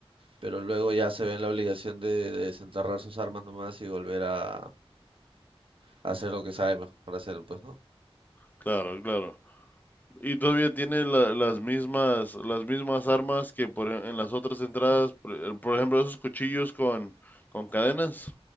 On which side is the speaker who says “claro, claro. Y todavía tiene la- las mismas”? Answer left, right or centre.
Left